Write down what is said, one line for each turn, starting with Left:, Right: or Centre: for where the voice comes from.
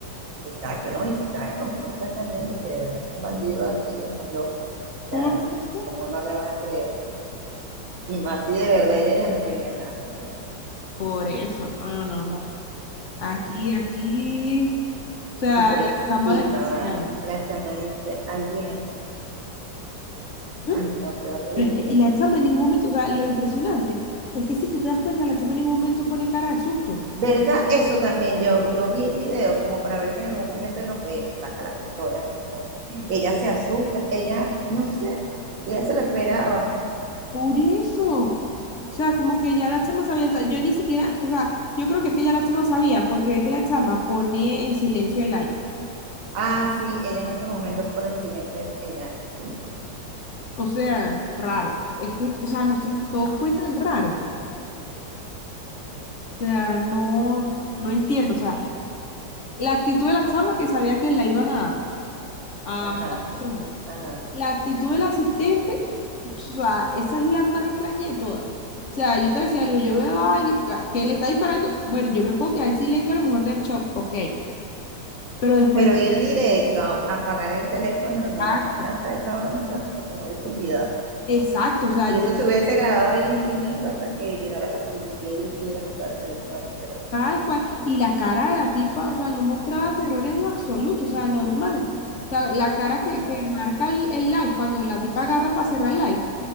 Right: exacto, ¿no? Y si sabe con quién está saliendo, que de verdad es un bandido, bandido, un loco, o
Left: Por
Right: sea,
Left: eso.
Right: ¿cómo no le vas a creer? Y más si de verdad ella ya no quería nada con él.
Left: Por eso, no, no, no. Aquí, aquí, o sea,
Right: Y por
Left: la
Right: eso,
Left: chama demasiado.
Right: vale. La chama dice, ayer,
Left: ¿Mm?
Right: ay, no, qué horrible.
Left: Pero es que, y la chama en ningún momento, o sea, lo impresionante es que si tú te das cuenta, la chama en ningún momento pone cara de susto.
Right: ¿Verdad? Eso también, yo, yo vi el video como para ver si en algún momento en lo que saca la pistola, me supongo. Ella se asusta, ella, no sé, ella se lo esperaba.
Left: Por eso. O sea, como que ya la chama sabía, o sea, yo ni siquiera, o sea, yo creo que es que ya la chama sabía, porque ve que la chama pone en silencio el live.
Right: Ah, ah, sí, ella en ese momento pone silencio en, en la- sí.
Left: O sea, raro. Es que, o sea, no sé, todo fue tan raro. O sea, no, no entiendo. O sea, la actitud de la chama que sabía que la iban a Ah,
Right: Ajá,
Left: me por otro mundo.
Right: ajá.
Left: La actitud del asistente, o sea, esa es la más extraña de todas. O sea, yo te decía algo, yo veo a alguien a que le está disparando, bueno, yo me puedo quedar en silencio a lo mejor del shock, ok, pero después,
Right: Pero ir directo a, a apagar el teléfono,
Left: exacto,
Right: no, a mí hasta esa broma hasta se me hubiese olvidado.
Left: exacto, o sea,
Right: Y
Left: yo
Right: eso se hubiese grabado ahí infinito hasta que llegara la policía y tuviera que apagar el teléfono ahí, pero
Left: tal cual, y la cara de la tipa, o sea, no mostraba terror en lo absoluto, o sea, normal. O sea, la cara que,
Right: no.
Left: que marca el, el live, cuando la tipa agarra para cerrar el live,